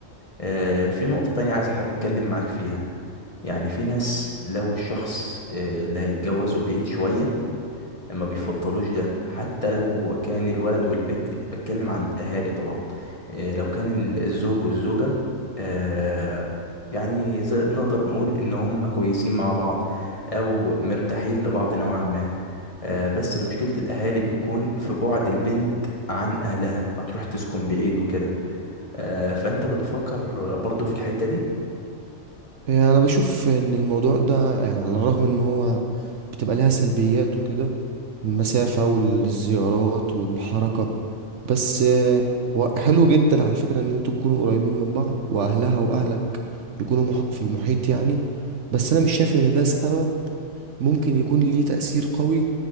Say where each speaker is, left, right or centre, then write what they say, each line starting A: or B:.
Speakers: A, on the left; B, on the right.
A: آه، في نقطة تانية عايز أح- أتكلم معاك فيها يعني في ناس لو الشخص آه، اللي هيتجوزه بعيد شوية ما بيفضلوش ده حتى لو كان الولد والبت بتكلم على الأهالي طبعا آه، لو كان ال- الزوج والزوجة آه، يعني زي نقدر نقول إن هم كويسين مع بعض أو مرتاحين لبعض نوعا ما آه، بس مشكلة الأهالي بتكون في بعد البنت عن أهلها هتروح تسكن بعيد وكده آه، فأنت بتفكر برضو في الحتة دي
B: يعني انا بشوف ان الموضوع ده يعني على الرغم ان هو بتبقى ليها سلبيات وكده المسافة والزيارات والحركة بس آه، هو حلو جدا على فكرة ان انتوا تكونوا قريبين من بعض واهلها واهلك يكونوا مح- في المحيط يعني بس انا مش شايف ان ده سبب ممكن يكون ليه تأثير قوي